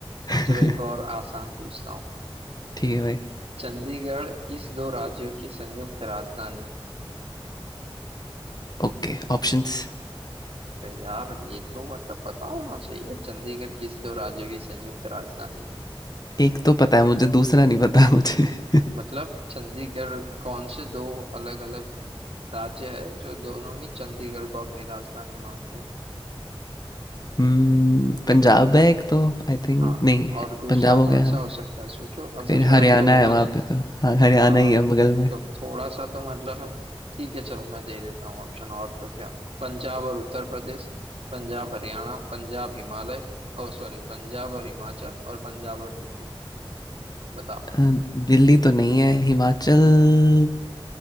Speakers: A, on the left; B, on the right.
A: ठीक
B: चलो एक और आसान पूछता हूँ
A: है भाई
B: चंडीगढ़ किस दो राज्यों की संयुक्त राजधानी है?
A: Okay options
B: अरे यार ये तो मतलब पता होना चाहिए चंडीगढ़ किस दो राज्यों की संयुक्त राजधानी है?
A: एक तो पता है मुझे दूसरा नहीं पता मुझे <laughs>
B: मतलब चंडीगढ़ कौन से दो अलग अलग राज्य है जो दोनों ही चंडीगढ़ को अपनी राजधानी मानते हैं
A: हुँ, पंजाब है एक तो आई थिंक
B: हाँ
A: नहीं,
B: और दूसरा
A: पंजाब हो
B: कौन
A: गया
B: सा
A: हाँ,
B: हो सकता है सोचो अब
A: फिर
B: गुजरात
A: हरियाणा
B: तो होगा
A: है वहाँ
B: नहीं
A: पे तो हाँ, हरियाणा
B: हाँ
A: ही है बगल में।
B: तो थोड़ा सा तो मतलब ठीक है चलो मैं दे देता हूँ ऑप्शन और तो क्या पंजाब और उत्तर प्रदेश पंजाब हरियाणा पंजाब हिमालय ओ सॉरी पंजाब और हिमाचल और पंजाब और दिल्ली बताओ
A: अ, दिल्ली तो नहीं है, हिमाचल